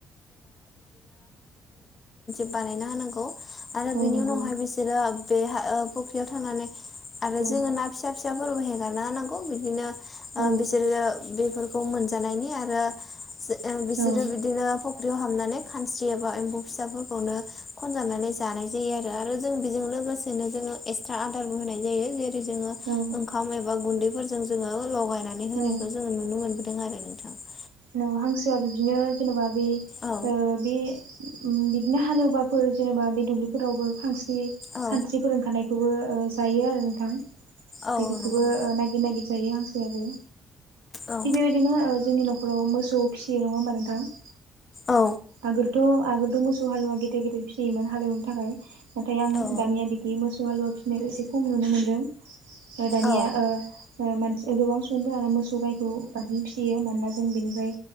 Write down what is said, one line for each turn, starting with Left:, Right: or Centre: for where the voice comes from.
Left: <unintelligible> <inaudible>
Right: औ नंगौ
Left: <inaudible>
Right: औ
Left: <inaudible>
Right: औ
Left: <inaudible>
Right: औ
Left: <inaudible> <unintelligible> <inaudible>
Right: औ औ
Left: जोङो <inaudible>
Right: ओं हांसोआ बिदिनो जेनेबा बे
Left: औ
Right: ओ बे उम बिदिनो हालेवबाफोर जेनेबा बे दुब्लिफोरावबो खानस्रि
Left: औ
Right: खानस्रिफोर ओंखारनाय बेखौबो जायो आरो नोंथां
Left: औ
Right: बेफोरखौबो
Left: नंगौ
Right: नायगिर नागिर जायो हांसोआ आरो
Left: औ
Right: थिग बेबायदिनो ओ जोंनि न'खराव मोसौ फिसियो नङा होमबा नोंथां
Left: औ
Right: आगोलथ' आगोलथ' मोसौ हालुवा गिदिर गिदिर फिसियोमोन हालेवनो थाखाय नाथाय आं
Left: औ
Right: दानिया बिदि मोसौ हालुवा फिसिनायखौ एसे खम नुनो मोनदों दानिया
Left: औ
Right: ओ मानसि गोबां सुबुंफोरानो मोसौ गाइखौ बांसिन फिसियो मानोना जों बेनिफ्राय